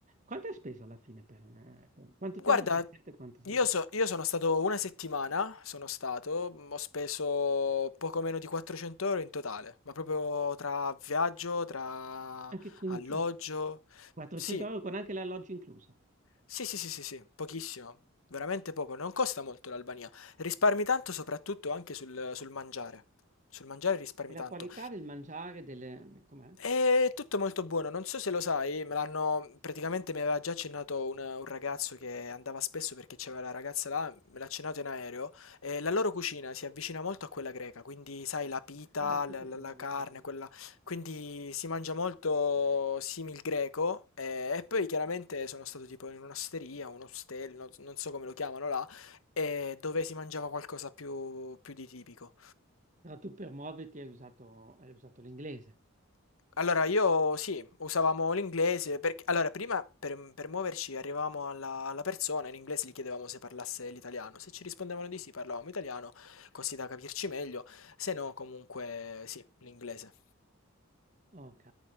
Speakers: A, on the right (about 35°); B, on the left (about 75°).
A: Quanto hai speso alla fine per... eh, per- Quanto tempo
B: Guarda,
A: sei stato e quanto sei...
B: io, so- io sono stato una settimana, sono stato, mh, ho speso poco meno di 400 euro in totale, ma proprio tra viaggio, tra
A: Anche con
B: alloggio.
A: 400
B: Sì,
A: euro con anche l'alloggio incluso.
B: sì, sì, sì, sì, sì, pochissimo, veramente poco, non costa molto l'Albania. Risparmi tanto soprattutto anche sul, sul mangiare. Sul mangiare risparmi
A: E la
B: tanto.
A: qualità del mangiare, delle... com'è?
B: È tutto molto buono, non so se lo sai, me l'hanno praticamente mi aveva già accennato un, un ragazzo che andava spesso perché c'era la ragazza là, me l'ha accennato in aereo, e la loro cucina si avvicina molto a quella greca, quindi sai la pita,
A: Vabbè, sì,
B: la,
A: perché
B: la-
A: non
B: la
A: avevo
B: carne,
A: trovato.
B: quella, quindi si mangia molto simil greco e, e poi chiaramente sono stato tipo in un'osteria, un ostello, non, non so come lo chiamano là, e dove si mangiava qualcosa più più di tipico.
A: Però tu per muoverti hai usato, hai usato l'inglese.
B: Allora, io sì, usavamo l'inglese, perché allora prima per, per muoverci arrivavamo alla, alla persona, in inglese gli chiedevamo se parlasse l'italiano, se ci rispondevano di sì parlavamo italiano, così da capirci meglio, se no comunque sì, l'inglese.
A: Ok,